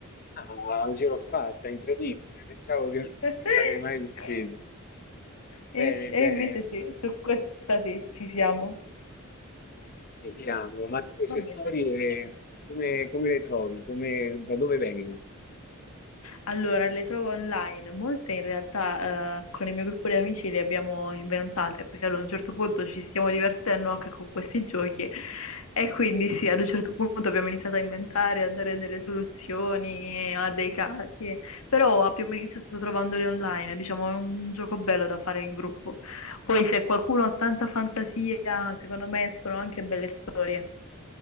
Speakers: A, on the left (about 40°); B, on the left (about 85°).
A: ah, ce l'ho fatta, incredibile. Pensavo che non ci
B: <laughs>
A: sarei mai riuscito.
B: E,
A: Bene,
B: e
A: bene,
B: invece sì, su questa sì, ci siamo.
A: mi fiamo. Ma tu queste
B: Va bene.
A: storie come, come le trovi? Come- da dove vengono?
B: Allora, le trovo online. Molte in realtà eh, con il mio gruppo di amici le abbiamo inventate perché ad un certo punto ci stiamo divertendo anche con questi giochi e quindi sì, ad un certo punto abbiamo iniziato a inventare, a dare delle soluzioni a dei casi, però abbiamo iniziato trovandoli online. Diciamo, è un gioco bello da fare in gruppo. Poi se qualcuno ha tanta fantasia, secondo me escono anche belle storie.